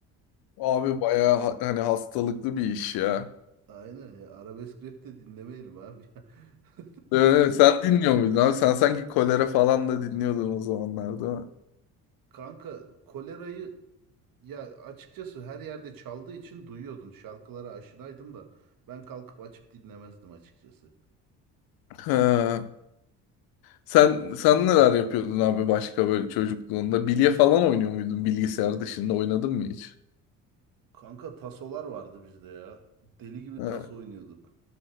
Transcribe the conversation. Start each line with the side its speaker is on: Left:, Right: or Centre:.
Left: Abi bayağı ha- hani hastalıklı bir iş ya.
Right: Aynen ya arabesk rap de dinlemeyelim abi. <laughs>
Left: Ee, sen dinliyor muydun abi? Sen sanki kolera falan da dinliyordun o zamanlarda.
Right: Kanka kolerayı ya açıkçası her yerde çaldığı için duyuyordun. Şarkılara aşinaydım da ben kalkıp açıp dinlemezdim açıkçası.
Left: Ha. Sen sen neler yapıyordun abi başka böyle çocukluğunda? Bilye falan oynuyor muydun bilgisayar dışında? Oynadın mı hiç?
Right: Kanka tasolar vardı bizde ya. Deli gibi
Left: Ha.
Right: taso oynuyorduk.